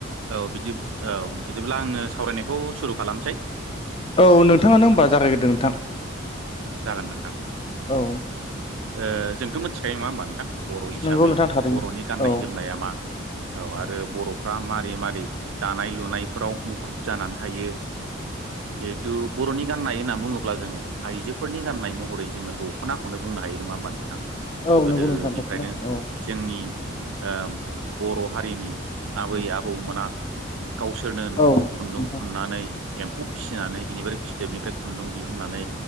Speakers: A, on the right; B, on the left.
A: औ बिदि औ बिदिब्ला आङो सावरायनायखौ सुरु खालामसै
B: औ नोंथाङानो होमबा जागायग्रोदो नोंथां
A: जागोन नोंथां
B: औ
A: ओ जोंथ' मिथिखायो नङा होमबा नोंथां बर' हिसाबै
B: नोंगौ नोंथां थारैनो
A: बर'नि गाननाय
B: औ
A: जोमनाया मा औ आरो बर'फ्रा मारै मारै दानाय लुनायफोराव मुखुब जानानै थायो जिहेथु बर'नि गाननाय होननानै बुङोब्ला जोङो आइजो नाय महरै जोङो दख'नाखौनो बुंनो हायो नङा होमबा नोंथां
B: औ
A: गोदोनिफ्रायनो
B: नंगौ नोंथां दख'ना औ
A: जोंनि ओ बर' हारिनि आबै आबौमोना गावसोरनो न'आव
B: औ
A: खुन्दुं
B: नोंथां
A: थुननानै एम्फौ फिसिनानै बिनिफ्राय फिथोबनिफ्राय खुन्दुं दिहुननानै